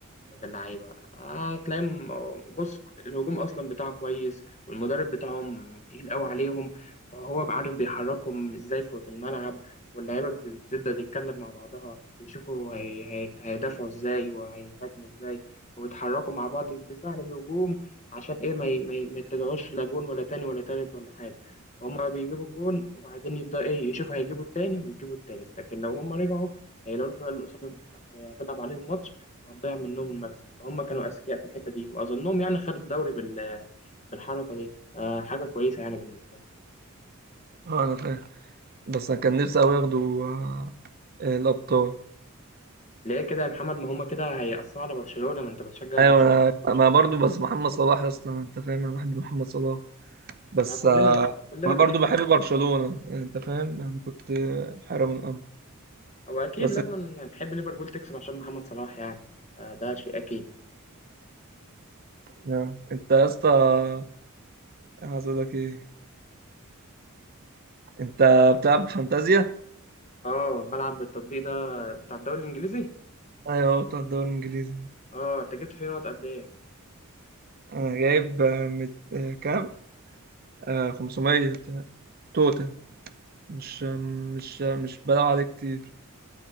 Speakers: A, on the left; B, on the right.
A: ولاد اللعيبة هتلاقيهم بص الهجوم أصلا بتاعه كويس والمدرب بتاعهم تقيل قوي عليهم فهو عارف بيحركهم إزاي في في الملعب واللعيبة بتبدأ تتكلم مع بعضها بيشوفوا هي... هي... هيدافعوا إزاي وهيهاجموا إزاي وبيتحركوا مع بعض بالدفاع للهجوم عشان إيه ما, ي... ما, ي... ما يتلدعوش لا جون ولا تاني ولا تالت ولا حاجة فهم بيجيبوا الجون وبعدين يبدأ إيه يشوفوا هيجيبوا التاني ويجيبوا التالت لكن لو هم رجعوا هيلاقوا الفرقة اللي قصادهم هتلعب عليهم ماتش هتضيع منهم المكسب فهم كانوا أذكياء في الحتة دي وأظنهم يعني خدوا الدوري بال بالحركة دي آه حاجة كويسة يعني بالنسبة لهم
B: اه انا فاهم بس انا كان نفسي قوي ياخدوا آه، الابطال
A: ليه كده يا محمد ما هم كده هيأثروا على برشلونة ما أنت بتشجع
B: ايوه
A: برشلونة
B: انا ما برضو بس محمد صلاح يا اسطى انت فاهم انا بحب محمد صلاح بس
A: آه كلنا
B: آه،
A: كلنا
B: انا
A: بنحب
B: برضو بحب برشلونة يعني انت فاهم يعني كنت آه، في حيرة من الامر
A: هو أكيد
B: بس
A: لازم نحب ليفربول تكسب عشان محمد صلاح يعني آه ده شيء أكيد
B: آه. انت يا اسطى انا عايز اقول لك ايه انت بتلعب فانتازيا
A: اه بلعب بالتطبيق ده بتاع الدوري الإنجليزي
B: ايوه بتاع الدوري الانجليزي
A: اه أنت جبت فيه نقط قد إيه؟
B: انا جايب آه، مت... آه، كام آه 500 بتاع- توتال مش آه، مش آه، مش بلعب عليه كتير